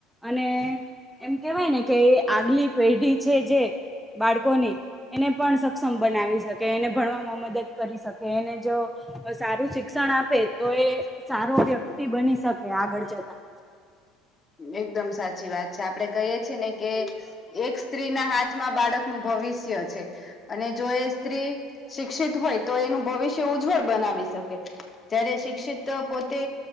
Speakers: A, in the centre; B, on the left (about 25°).
A: અને એમ કહેવાય ને કે આગલી પેઢી છે, જે બાળકોની એને પણ સક્ષમ બનાવી શકે, એને ભણવામાં મદદ કરી શકે, એને જો અહ સારું શિક્ષણ આપે તો એ સારો વ્યક્તિ બની શકે આગળ જતાં.
B: એકદમ સાચી વાત છે. આપડે કહીએ છીએ ને કે એક સ્ત્રીના હાથમાં બાળકનું ભવિષ્ય છે. અને જો એ સ્ત્રી શિક્ષિત હોય તો એનું ભવિષ્ય ઉજ્જવળ બનાવી શકે. ત્યારે શિક્ષિત અહ પોતે